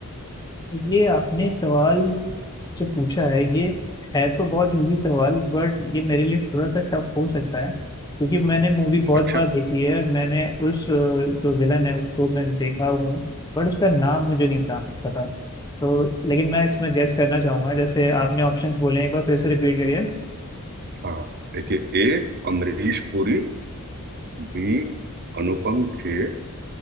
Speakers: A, on the left; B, on the right.
A: ये आपने सवाल जो पूछा है ये है तो बहुत इजी सवाल बट ये मेरे लिए थोड़ा सा टफ हो सकता है क्योंकि मैंने मूवी बहुत
B: अच्छा
A: बार देखी है और मैंने उस अ, जो विलन है उसको मैं देखा हूँ बट उसका नाम मुझे नहीं था पता तो लेकिन मैं इसमें गेस करना चाहूंगा जैसे आपने ऑप्शंस बोले हैं, एक बार फिर से रिपीट करिए
B: हाँ देखिए A Amrish Puri B Anupam Kher